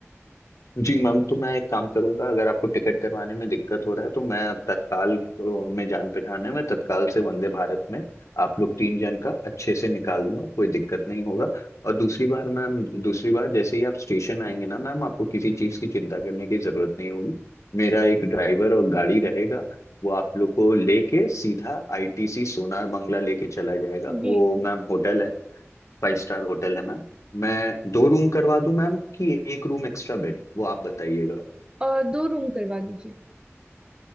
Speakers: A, on the left; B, on the right.
A: जी मैम तो मैं एक काम करूंगा अगर आपको टिकट करवाने में दिक्कत हो रहा है तो मैं अब तत्काल अ, में जान पहचान है मैं तत्काल से वंदे भारत में आप लोग तीन जन का अच्छे से निकाल दूंगा कोई दिक्कत नहीं होगा और दूसरी बार मैम दूसरी बार जैसे ही आप स्टेशन आएंगे ना मैम आपको किसी चीज़ की चिंता करने की जरूरत नहीं होगी मेरा एक ड्राइवर और गाड़ी रहेगा वो आप लोग को लेके सीधा आईटीसी सोनार बांग्ला लेके चला जाएगा
B: जी
A: वो मैम होटल है फाइव स्टार होटल है मैम मैं दो रूम करवा दूं मैम कि एक रूम एक्स्ट्रा बेड वो आप बताइएगा
B: और दो रूम करवा दीजिए